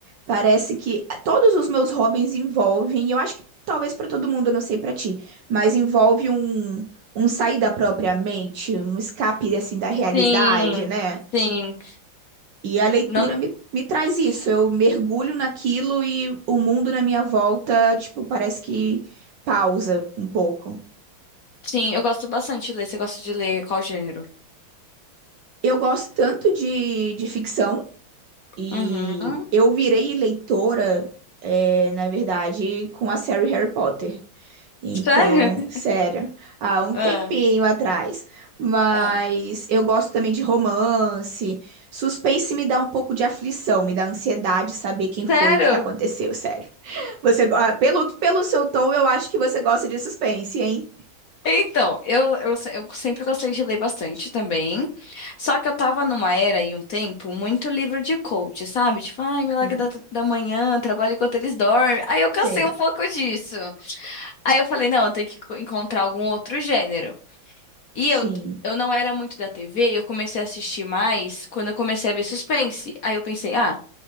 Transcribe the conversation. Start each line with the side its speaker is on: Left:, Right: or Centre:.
Right: parece que todos os meus hobbies envolvem, e eu acho que talvez pra todo mundo, eu não sei pra ti, mas envolve um um sair da própria mente, um escape assim da realidade,
Left: sim,
Right: né?
Left: sim.
Right: E a leitura
Left: Não,
Right: me, me traz isso. Eu mergulho naquilo e o mundo na minha volta, tipo, parece que pausa um pouco.
Left: sim, eu gosto bastante de ler. Você gosta de ler qual gênero?
Right: Eu gosto tanto de, de ficção e
Left: Uhum.
Right: eu virei leitora, é, na verdade, com a série Harry Potter. Então,
Left: Sério? <laughs>
Right: sério, há um
Left: Ah,
Right: tempinho atrás. Mas
Left: ah.
Right: eu gosto também de romance. Suspense me dá um pouco de aflição, me dá ansiedade saber quem foi,
Left: Sério?
Right: o que que aconteceu, sério. <laughs> Você, go- ah, pelo, pelo seu tom, eu acho que você gosta de suspense, hein?
Left: Então, eu, eu, se- eu sempre gostei de ler bastante também. Só que eu tava numa era e um tempo muito livro de coach, sabe? Tipo, ai, Milagre
Right: Sim,
Left: da, da Manhã, Trabalho Enquanto Eles Dormem. Aí eu cansei
Right: sim.
Left: um pouco disso. Aí eu falei, não, eu tenho que co- encontrar algum outro gênero. E
Right: Sim.
Left: eu, eu não era muito da TV, eu comecei a assistir mais quando eu comecei a ver suspense. Aí eu pensei, ah,